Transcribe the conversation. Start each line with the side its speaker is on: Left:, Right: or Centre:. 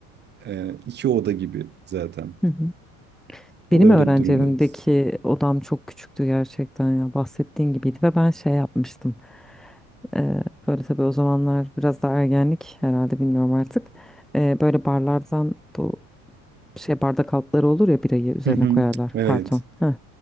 Right: e, iki oda gibi zaten.
Centre: Hı hı.
Right: O
Centre: Benim
Right: öyle
Centre: öğrenci
Right: bir durumdayız.
Centre: evimdeki odam çok küçüktü gerçekten ya bahsettiğin gibiydi ve ben şey yapmıştım. Ee, böyle tabii o zamanlar biraz da ergenlik herhalde bilmiyorum artık. Ee, böyle barlardan bu şey bardak altları olur ya birayı
Right: <laughs>
Centre: üzerine koyarlar
Right: Evet.
Centre: karton. Heh.